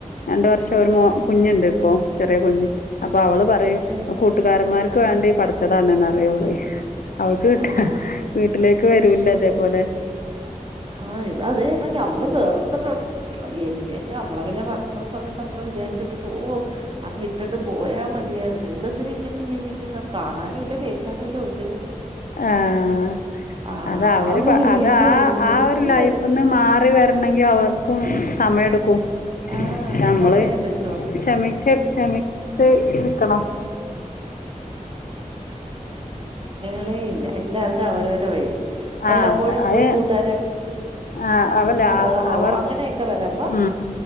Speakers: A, on the left; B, on the right.
A: രണ്ട് വർഷം ഒരു മോ
B: ഏ
A: കുഞ്ഞുണ്ട് ഇപ്പോ. ചെറിയകുഞ്ഞ് അപ്പ് ഇപ്പവള് പറയും
B: ഏ
A: കൂട്ടുകാരന്മാർക്ക് വേണ്ടി പഠിച്ചതാണ്ന്നറിയോള് അവൾക്ക്കിട്ടാ
B: ആഹ്
A: വീട്ടിലേക്ക് വരൂല്ലതേപോലെ
B: ആഹ് ഇത തന്നെ നമ്മള് വെർത്തിട്ടുണ്ട് എന്റെയൊക്കെ നമ്മടെയൊക്കെയല്ലേ വന്ന ആസമയത്ത് നമ്മള് വിചാരിച്ചിട്ടുണ്ട് ഓഹ് അങ്ങിട്ടിട്ട് പോയാമതിയായിരുന്നു. എന്തത്തിനിങ്ങനെ ജീവിക്കുന്നെ. കാണാനുല്ല കേൾക്കാനുല്ല ഒന്നും
A: ആഹ്
B: ആ
A: അതവര്പ
B: ഒരു
A: അത്
B: രീതിയായിരുന്നു
A: ആ
B: ദേഷ്യം
A: ആ ഒരു ലൈഫ്ന്ന്
B: വരും
A: മാറി വരണെങ്കിൽ അവർക്കും സമയെട്ക്കും
B: ആ
A: നമ്മള്
B: സമയെടുക്കും
A: ക്ഷമിച്ച് ക്ഷമച്ച് നിക്കണം
B: അളേയില്ല എല്ലാവർക്കും അവരവര്ടെവഴി വല്ലപ്പോഴുംകൂടി
A: ആ അത് അയ്
B: കുട്ട്
A: ആ അവല്ല
B: ഓണവോ
A: അവർ
B: അങ്ങനെയൊക്കെ വരുമ്പോ
A: ഉ